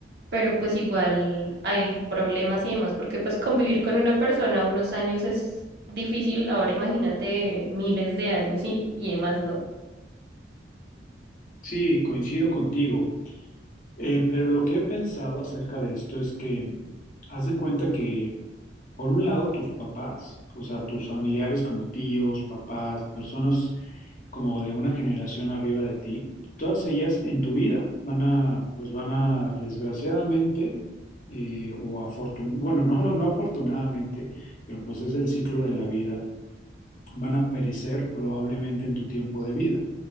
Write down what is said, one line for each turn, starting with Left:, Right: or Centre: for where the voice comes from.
Right: pero pues igual hay problemas y demás, porque pues convivir con una persona unos años es difícil, ahora imagínate miles de años y, y demás, ¿no?
Left: Sí, coincido contigo. Eh, pero lo que he pensado acerca de esto es que haz de cuenta que, por un lado, tus papás, o sea, tus familiares como tíos, papás, personas como de una generación arriba de ti, todas ellas en tu vida van a, pues van a, desgraciadamente, eh, o afortun bueno, <laughs> no, no afortunadamente, pero pues es el ciclo de la vida, van a perecer probablemente en tu tiempo de vida.